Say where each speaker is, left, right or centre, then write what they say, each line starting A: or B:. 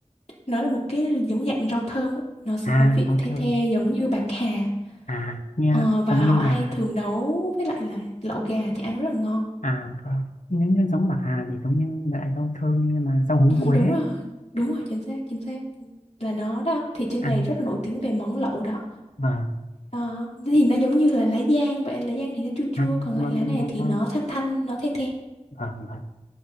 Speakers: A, on the left; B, on the left.
A: nó là một cái giống dạng rau thơm ấy. nó sẽ
B: à
A: có vị
B: rau
A: the
B: thơm
A: the giống như bạc hà
B: à nghe
A: Ờ, và
B: giống
A: họ
B: như là
A: hay thường nấu với lại là lẩu gà thì ăn rất là ngon
B: à vâng. nếu như giống bà Hà thì giống như loại rau thơm nhưng mà rau húng
A: ừ,
B: quế
A: đúng rồi đúng rồi chính xác chính xác là nó đó thì trên
B: à
A: này rất là nổi tiếng về món lẩu đó
B: vâng
A: Đó, thì nó giống như là lá giang vậy lá giang thì nó chua chua
B: ăn
A: còn
B: vâng
A: lại lá
B: đúng
A: này
B: lá
A: thì
B: ta
A: nó thanh thanh nó the the
B: vâng vâng